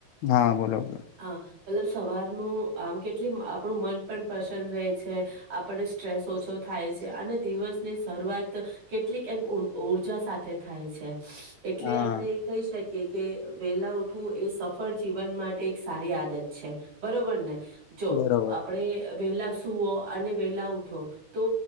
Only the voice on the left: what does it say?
હા બોલો બોલો
હા
બરોબર